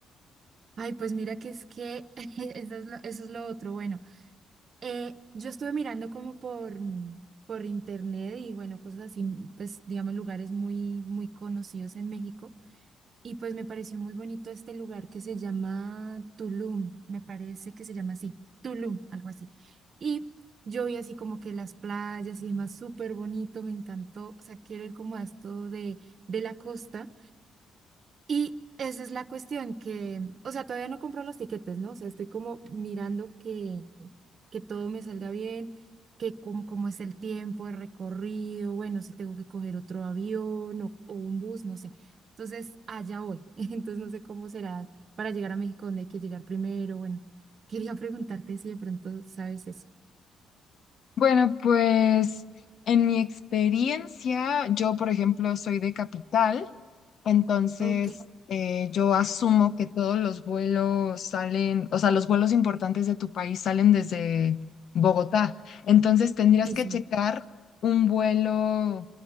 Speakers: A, on the right; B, on the left.
A: Ay, pues mira que es que <laughs> eso es lo, eso es lo otro. Bueno, eh, yo estuve mirando como por, mm, por internet y bueno, cosas así, mm, pues digamos lugares muy, muy conocidos en México. Y pues me pareció muy bonito este lugar que se llama Tulum, me parece que se llama así, Tulum, algo así. Y yo vi así como que las playas y demás, súper bonito, me encantó. O sea, quiero ir como a esto de, de la costa Y esa es la cuestión, que, o sea, todavía no compro los tiquetes, ¿no? O sea, estoy como mirando que, que todo me salga bien, que cómo, cómo es el tiempo, el recorrido, bueno, si tengo que coger otro avión o, o un bus, no sé. Entonces, allá voy. <laughs> Entonces, no sé cómo será para llegar a México, dónde hay que llegar primero. Bueno, quería preguntarte si de pronto sabes eso.
B: Bueno, pues en mi experiencia, yo por ejemplo soy de Capital. Entonces,
A: Ok,
B: eh, yo asumo que todos los vuelos salen, o sea, los vuelos importantes de tu país salen desde Bogotá. Entonces, tendrías
A: sí,
B: que
A: sí,
B: checar un vuelo,